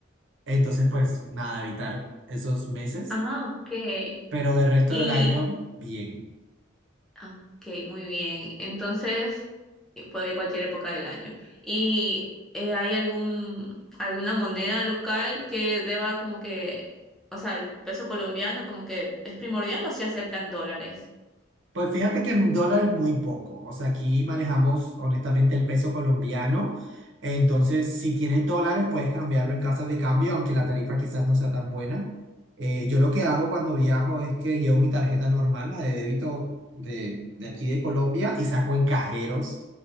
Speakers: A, on the right; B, in the centre.
A: Entonces, pues nada, evitar esos meses,
B: Ah, ok.
A: pero del resto
B: Y,
A: del año, bien.
B: ah, ok, muy bien. Entonces, eh, puedo ir cualquier época del año. ¿Y eh, hay algún, alguna moneda local que deba como que, o sea, el peso colombiano como que es primordial o si aceptan dólares?
A: Pues fíjate que en dólares muy poco. O sea, aquí manejamos honestamente el peso colombiano. Entonces, si tienes dólares, puedes cambiarlo en casas de cambio, aunque la tarifa quizás no sea tan buena. Eh, yo lo que hago cuando viajo es que llevo mi tarjeta normal, la de débito de, de aquí de Colombia, y saco en cajeros